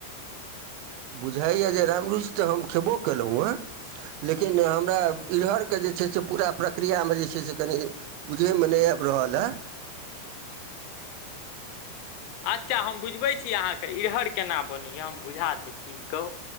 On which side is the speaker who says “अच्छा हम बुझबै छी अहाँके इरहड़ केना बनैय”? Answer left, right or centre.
Left